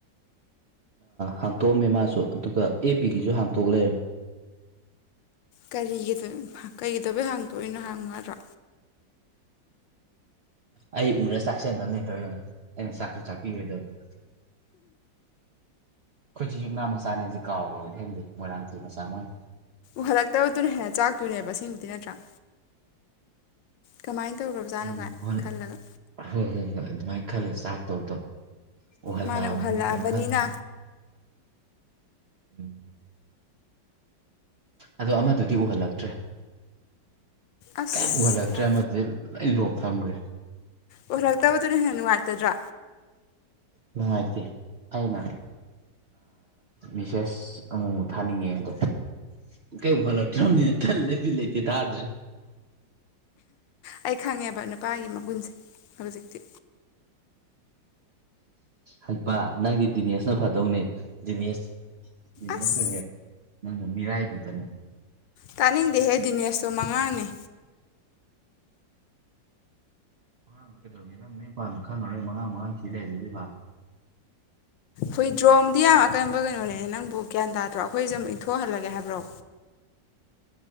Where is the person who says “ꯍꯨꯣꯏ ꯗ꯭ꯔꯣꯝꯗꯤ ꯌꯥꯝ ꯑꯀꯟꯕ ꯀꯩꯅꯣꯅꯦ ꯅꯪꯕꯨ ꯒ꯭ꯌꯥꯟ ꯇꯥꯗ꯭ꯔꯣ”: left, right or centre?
Left